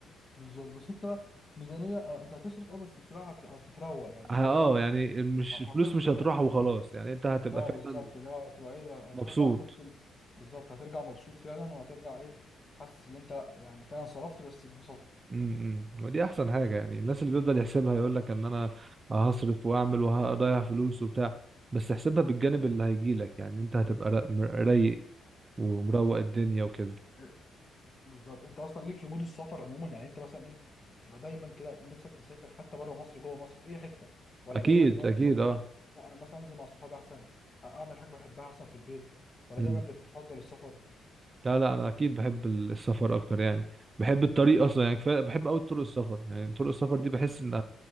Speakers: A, on the left; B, on the right.
A: بالظبط بس انت ميزانيه آه، انت هتصرف اه بس بصراحه هت- هتتروق يعني
B: اه
A: فاهم اللي هو هت-
B: يعني مش فلوس
A: هتفصل
B: مش هتروح
A: بقى
B: وخلاص يعني انت هتبقى
A: اه
B: فعلا
A: بالظبط اللي هو هتبقى ايه هتروح
B: مبسوط
A: بقى هتفصل بالظبط هترجع مبسوط فعلا وهترجع ايه حاسس ان انت يعني فعلا صرفت بس اتبسطت
B: امم امم. ودي احسن حاجه يعني الناس اللي بيفضل يحسبها يقول لك ان انا هصرف واعمل وهضيع فلوس وبتاع بس احسبها بالجانب
A: ايوه
B: اللي هيجي لك يعني انت هتبقى را- مر- رايق ومروق
A: بالظبط
B: الدنيا
A: ده حقيقي.
B: وكده
A: إيه، بالظبط انت اصلا ليك في مود السفر عموما يعني انت مثلا ايه بتبقى دايما كده نفسك تسافر حتى بره مصر جوه مصر في اي حته ولا
B: اكيد
A: دايما اللي هو
B: اكيد
A: بتفضل
B: اه
A: لا انا مثلا انزل مع صحابي احسن اعمل حاجه بحبها احسن في البيت ولا
B: امم
A: دايما بتفضل السفر
B: لا لا انا اكيد بحب ال- السفر اكتر يعني بحب الطريق اصلا يعني كفايه بحب قوي طرق السفر يعني طرق السفر دي بحس ان